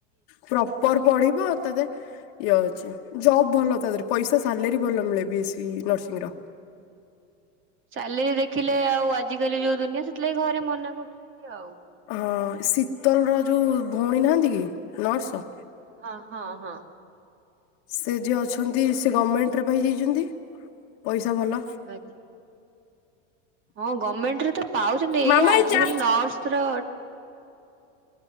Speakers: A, on the left; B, on the right.
A: ପ୍ରପର
B: ହଁ।
A: ପଢିବ ତତେ ଇଏ ଅଛି, ଜବ୍ ଭଲ ତା ଦେହରେ, ପଇସା ସାଲେରୀ ଭଲ ମିଳେ ବି ଏସ୍ ସି ନର୍ସିଂ ର
B: ସାଲେରୀ ଦେଖିଲେ ଆଉ ଆଜିିକାଲି ଯୋଉ ଦୁନିଆ ସେଥିଲାଗି ଘରେ ମନା କରୁଛନ୍ତି ଆଉ
A: ହଁ ଶୀତଲର ଯୋଉ ଭଉଣୀ ନାହାନ୍ତି କି ନର୍ସ
B: ହଁ ହଁ ହଁ।
A: ସେ ଯିଏ ଅଛନ୍ତି, ସେ ଗଭର୍ଣମେଣ୍ଟରେ ପାଇଯାଇଛନ୍ତି ପଇସା ଭଲ।
B: ଆଛା। ହଁ ଗଭର୍ଣମେଣ୍ଟରେ ତ ପାଉଛନ୍ତି
A: ମାମା
B: ଏଇଆ, ଆଜିକାଲି
A: ଏଇ ଚା
B: ନର୍ସ ର